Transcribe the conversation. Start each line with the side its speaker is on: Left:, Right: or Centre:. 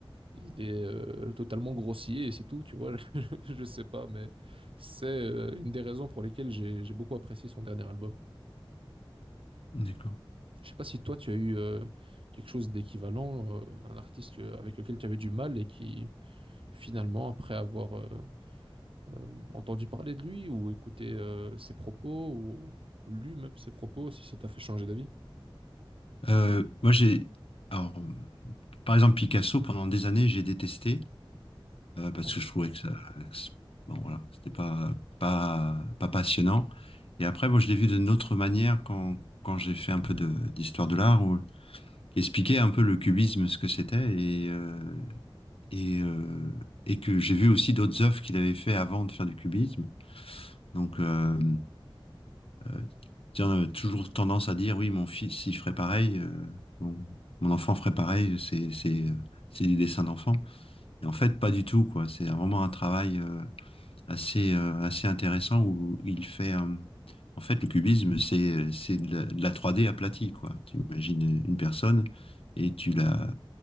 Right: Il est euh, totalement grossier et c'est tout, tu vois. <laughs> Je sais pas, mais c'est euh, une des raisons pour lesquelles j'ai j'ai beaucoup apprécié son dernier album.
Left: D'accord.
Right: Je sais pas si toi tu as eu euh, quelque chose d'équivalent, euh, un artiste que- avec lequel tu avais du mal et qui finalement, après avoir euh, euh, entendu parler de lui ou écouté euh, ses propos ou lu même ses propos, si ça t'a fait changer d'avis.
Left: Euh, moi, j'ai. Alors, par exemple, Picasso, pendant des années, j'ai détesté euh, parce
Right: Ah
Left: que je trouvais que ça. que c'est- bon, voilà, c'était pas, pas, pas passionnant. Et après, moi, je l'ai vu d'une autre manière quand, quand j'ai fait un peu de, d'histoire de l'art, où- qui expliquait un peu le cubisme, ce que c'était, et, euh, et, euh, et que j'ai vu aussi d'autres œuvres qu'il avait fait avant de faire du cubisme. Donc, euh, euh, tiens, euh, toujours tendance à dire, oui, mon fils, il ferait pareil, euh, bon, mon enfant ferait pareil, c'est, c'est, euh, c'est du dessin d'enfant. Et en fait, pas du tout, quoi. C'est vraiment un travail euh, assez, euh, assez intéressant où il fait, euh, en fait, le cubisme, c'est, c'est de la, de la 3D aplatie, quoi. Tu imagines une personne et tu la,